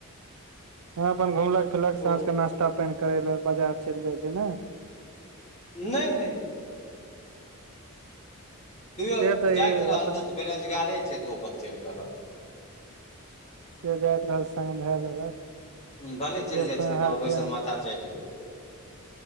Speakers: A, on the right (about 80°); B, on the left (about 30°).
A: ह अपन घुमलक फिरलक
B: ओ
A: साँझ के नास्ता पानि करै लए बाजार चलि जाइ छै ने
B: नहि नहि तयो
A: से तऽ
B: जाइत
A: ई
B: रहल
A: अपन
B: तऽ ओ तऽ बेरोजगारे छै तऽ ओ अपन चलि देलक
A: केओ जाइत रहल संग धाय लेलक
B: हुँ भने चलि
A: केओ
B: जाइ
A: खोनिहार
B: छी ने तऽ हमर बैसल
A: पे
B: माथा चाइट जाइया